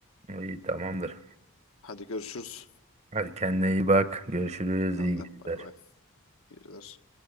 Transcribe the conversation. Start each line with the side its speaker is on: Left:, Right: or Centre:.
Right: İyi tamamdır.
Left: Hadi görüşürüz.
Right: Hadi kendine iyi bak. Görüşürüz.
Left: Sen
Right: İyi
Left: de
Right: geceler.
Left: bay bay. İyi geceler.